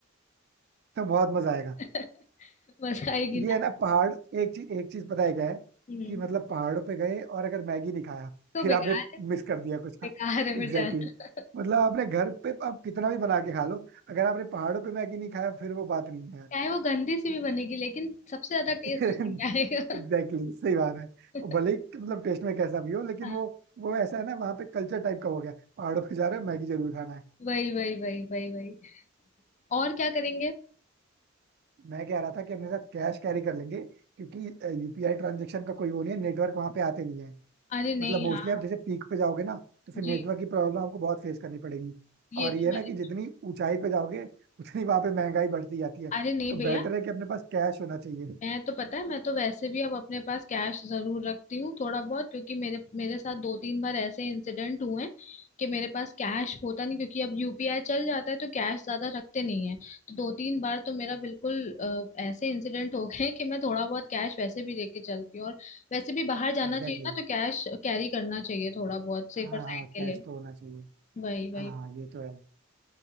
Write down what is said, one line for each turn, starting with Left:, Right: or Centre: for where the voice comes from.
Right: तो बहुत मजा आएगा
Left: <laughs> मजा आएगी ना
Right: ये है ना पहाड़ एक चीज एक चीज पता है क्या है
Left: हम्म
Right: कि मतलब पहाड़ों पे गए और अगर मैगी नहीं खाया
Left: तो
Right: फिर
Left: बेकार
Right: आपने
Left: है
Right: मिस कर दिया कुछ
Left: बेकार
Right: ना <laughs>
Left: है
Right: Exactly
Left: फिर जाना
Right: exactly. मतलब आपने घर पे आप कितना भी बना के खा लो अगर आपने पहाड़ों पे मैगी नहीं खाया फिर वो बात नहीं है
Left: चाहे वो गंदी सी भी बनेगी लेकिन सबसे ज्यादा
Right: <laughs>
Left: टेस्ट उसकी में आएगा
Right: एग्जैक्टली exactly, सही बात है
Left: <laughs>
Right: वो भले ही मतलब टेस्ट में कैसा भी हो लेकिन
Left: हाँ
Right: वो वो ऐसा है ना वहाँ पे कल्चर टाइप का हो गया पहाड़ों पे जा रहे हो मैगी जरूर खाना है
Left: वही वही वही वही वही और क्या करेंगे
Right: मैं कह रहा था कि अपने साथ कैश कैरी कर लेंगे क्योंकि यूपीआई ट्रांजेक्शन का कोई वो नहीं है नेटवर्क वहां पे आते नहीं है
Left: अरे नहीं
Right: मतलब मोस्टली
Left: हाँ
Right: आप जैसे पीक पे जाओगे ना तो फिर
Left: जी
Right: नेटवर्क की प्रॉब्लम आपको बहुत फेस करनी पड़ेगी
Left: ये
Right: और ये
Left: तो
Right: है
Left: मैंने
Right: ना कि जितनी ऊंचाई पे जाओगे उतनी वहां पे महंगाई बढ़ती जाती है
Left: अरे नहीं
Right: तो
Left: भैया
Right: बेटर है कि अपने पास कैश होना चाहिए
Left: मैं तो पता है मैं तो वैसे भी अब अपने पास कैश जरूर रखती हूँ थोड़ा बहुत क्योंकि मेरे मेरे साथ दो तीन बार ऐसे इंसिडेंट हुए हैं कि मेरे पास कैश होता नहीं क्योंकि अब यूपीआई चल जाता है तो कैश ज्यादा रखते नहीं है तो दो तीन बार तो मेरा बिल्कुल अ, ऐसे इंसिडेंट हो गए कि मैं थोड़ा बहुत कैश वैसे भी लेके चलती हूँ और वैसे भी बाहर जाना
Right: Exactly
Left: चाहिए ना
Right: exactly.
Left: तो कैश कैरी करना चाहिए थोड़ा बहुत सेफर
Right: हाँ
Left: साइड
Right: हाँ
Left: के
Right: कैश
Left: लिए
Right: तो होना चाहिए
Left: वही वही
Right: हाँ हाँ ये तो है